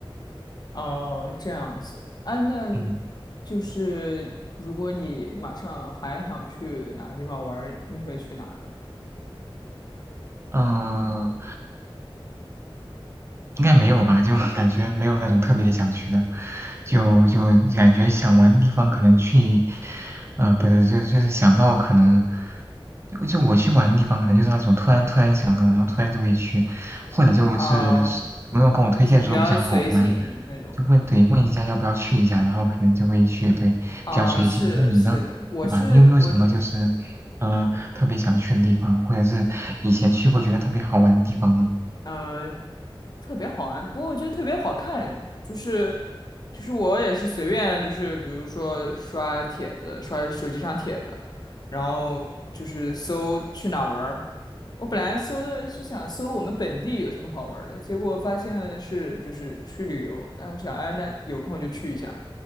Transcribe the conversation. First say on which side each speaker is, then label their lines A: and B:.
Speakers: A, on the left; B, on the right.
A: 哦，这样子，哎，那
B: 嗯
A: 就是如果你马上还想去哪个地方玩儿你会去哪儿呢？
B: 嗯，呃应该没有吧？就 <laughs> 感觉没有那种特别想去的，就就感觉想玩的地方可能去，呃，不是，就就是想到可能，就我去玩的地方可能就是那种突然突然想到，然后突然就会去，或者就是是朋友跟我推荐说比较好玩，
A: 啊，就是比较随性那种。
B: 就问对问一下要不要去一下，然后可能就会去，对，比较随性。
A: 啊，是的，
B: 那你呢？
A: 是的，我是我是
B: 对吧？你有没有什么就是，呃，特别想去的地方，或者是以前去过觉得特别好玩的地方呢？
A: 嗯、呃特别好玩，不过我觉得特别好看，就是就是我也是随便，就是比如说刷帖子，刷手机上帖子，然后就是搜去哪儿玩儿。我本来搜的是想搜我们本地有什么好玩儿的，结果发现是就是去旅游，但我想，哎，那有空就去一下，